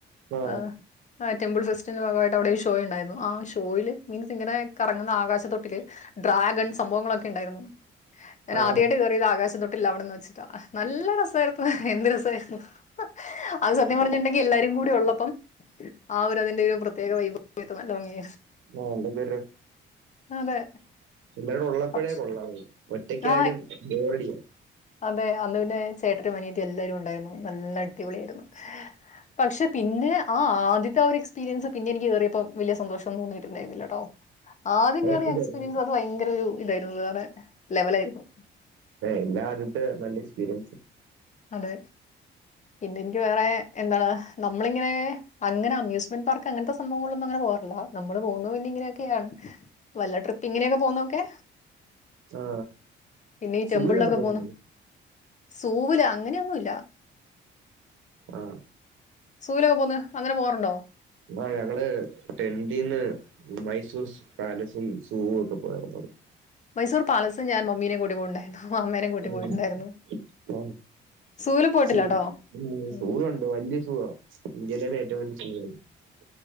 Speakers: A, on the right (about 80°); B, on the left (about 35°).
A: ആ
B: ആഹ് ആഹ് ടെമ്പിൾ ഫെസ്റ്റിന്റെ ഭാഗമായിട്ട് അവിടെ ഒരു ഷോയ ഉണ്ടായിരുന്നു ആഹ് ഷോയില് മീൻസ് ഇങ്ങനെ കറങ്ങുന്ന ആകാശത്തൊട്ടിലിൽ ഡ്രാഗൺ സംഭവങ്ങളൊക്കെ ഉണ്ടായിരുന്നു ഞാൻ
A: ആ
B: ആദ്യയിട്ട് കയറിയത് ആകാശത്തൊട്ട് ൽ വിടന്ന് വെച്ചിട്ടാ നല്ല രസമായിരുന്നു എന്ത് രസായിരുന്നു അത് സത്യം പറഞ്ഞ്ട്ടെങ്കിൽ എല്ലാരും കൂടെ ഉള്ളപ്പോ ആഹ് ഒര് ഇത് അതിന്നെ പ്രേത്യേക വയ്‌പ് <unintelligible> തൂങ്ങി
A: ആ അതൊക്കെ
B: അതെ
A: എല്ലാരും ഉള്ളപ്പോഴേ
B: പക്ഷെ
A: കൊള്ളാവൂ ഒറ്റയ്ക്കായാലും
B: ആ
A: ബോറാഡിയാ
B: അതെ അന്ന് പിന്നെ ചേട്ടനും അനീയത്തി എല്ലാരും ഉണ്ടായിരുന്നു നല്ല അടിപൊളിയായിരുന്നു പക്ഷെ പിന്നെ ആഹ് ആദ്യത്തെ ആഹ് ഒരു എക്സ്പീരിയൻസ് പിന്നെ എനിക്ക് കയറിയപ്പോ വലിയ സന്തോഷംന്നും തോന്നിയിട്ടുണ്ടായിരുന്നില്ല കേട്ടോ ആദ്യം
A: ഞാൻ
B: കേറിയ
A: ഒറ്റയ്ക്കായിരുന്നു.
B: എക്സ്പീരിയൻസ് അത് ഭയങ്കര ഒരു ഇതായിരുന്നു അത് വേറെ ലവൽ ആയിരുന്നു
A: എല്ലാആദ്യത്തെ നല്ല എക്സ്പീരിയൻസ്
B: അതെ പിന്നെ എനിക്ക് വേറെ എന്താണ് നമ്മളിങ്ങനെ അങ്ങനെ അമ്യൂസ്മെന്റ് പാർക്ക് അങ്ങൻ തെ സംഭവങ്ങളൊന്നും അങ്ങനെ പോവാറില്ല നമ്മള് പോകുന്നത് പിന്നെ ഇങ്ങനെയൊക്കെയാണ് വല്ല ട്രിപ്പിംഗിന് ഇങ്ങനെയൊക്കെ പോവുന്നതോക്കെ
A: ആ
B: പിന്നെ ഈ
A: സൂവിലൊക്കെ
B: ടെമ്പിളിലൊക്കെ
A: പോകുന്നുണ്ടോ
B: പോകുന്നു സൂവില് അങ്ങനെയൊന്നും ഇല്ലാ
A: ആഹ്
B: സൂലൊക്കെ പോന്ന് അങ്ങനെ പോവാറുണ്ടോ?
A: ആഹ് ഞങ്ങള് ടെൻഡീന്ന് മൈസൂർസ് പാലസും സൂവും ഒക്കെ പോയാരുന്നു
B: മൈസൂർ പാലസ് ഞാൻ മമ്മീനേം കൂട്ടി പോയിണ്ടാരുന്നു മമ്മേനേം കൂട്ടി
A: ഉം.
B: പോയിട്ട്ണ്ടായിരുന്നു
A: ആ,
B: സൂല് പോയിട്ടില്ലാട്ടോ
A: സൂ
B: ഉം
A: സൂ ഉണ്ട് വലിയ സൂവാ ഇന്ത്യയിലെ തന്നെ ഏറ്റവും വലിയ സൂവാത്